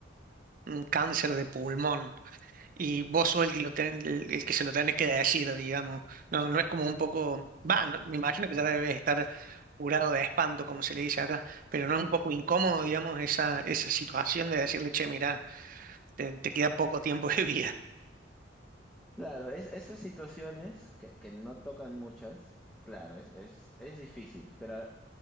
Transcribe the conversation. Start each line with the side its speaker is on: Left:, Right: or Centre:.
Right: un cáncer de pulmón y vos sos el que, lo ten- el, el que se lo tenés que decir, digamos. No, no es como un poco, va, no- me imagino que ya debes estar curado de espanto, como se le dice acá, pero no es un poco incómodo, digamos, esa, esa situación de decirle, che, mirá, te, te queda poco tiempo de vida. <laughs>
Centre: Claro, es, esas situaciones que, que no tocan muchas, claro, es, es, es difícil, pero al,